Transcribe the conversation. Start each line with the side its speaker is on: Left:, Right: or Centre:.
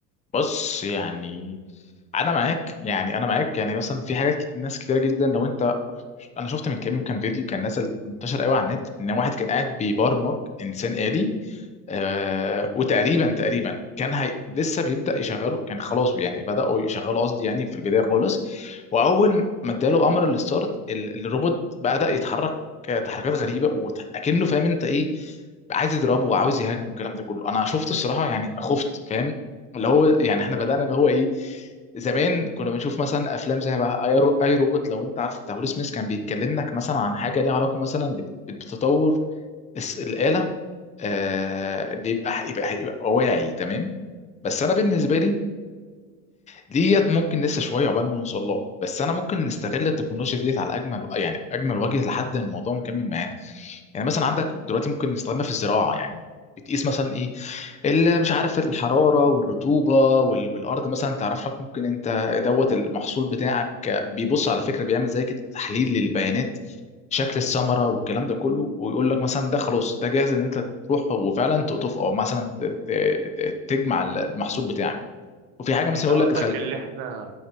Left: بص يعني انا معاك يعني انا معاك يعني مثلا في حاجات كت- ناس كتيره جدا لو انت انا شفت من كام يوم كان فيديو كان نازل منتشر قوي على النت ان واحد كان قاعد بيبرمج انسان آلي آه، وتقريبا تقريبا كان هي... لسه بيبدأ يشغله كان خلاص يعني بدأوا يشغلوا قصدي يعني في البداية خالص وأول ما اداله أمر الستارت ال- الروبوت بدأ يتحرك آه، تحركات غريبة وأكنه فاهم أنت إيه عايز يضربه وعاوز يهاجمه الكلام ده كله أنا شفت الصراحة يعني خفت فاهم اللي هو يعني إحنا بدأنا اللي هو إيه زمان كنا بنشوف مثلا افلام زي بقى اي رو- أي روبوت لو انت عارف بتاع ويل سميث كان بيتكلم لك مثلا عن حاجه ليها علاقه مثلا بال- بالتطور الس- الآلة آه، اللي يبقى يبقى يبقى واعي تمام بس انا بالنسبه لي ديت ممكن لسه شويه عقبال ما نوصل لها بس انا ممكن نستغل التكنولوجيا ديت على اجمل يعني اجمل وجه لحد الموضوع مكمل معانا يعني مثلا عندك دلوقتي ممكن نستخدمها في الزراعه يعني بتقيس مثلا ايه اللي مش عارف الحراره والرطوبه وال- والارض مثلا تعرف لك ممكن انت دوت المحصول بتاعك بيبص على فكره بيعمل زي كده تحليل للبيانات شكل الثمره والكلام ده كله ويقول لك مثلا ده خلاص ده جاهز ان انت تروح وفعلا تقطفه او مثلا ت- ت- ت- تجمع المحصول بتاعك وفي حاجه مثلا
Right: يعني انت
Left: يقول
Right: قصدك
Left: لك
Right: اللي احنا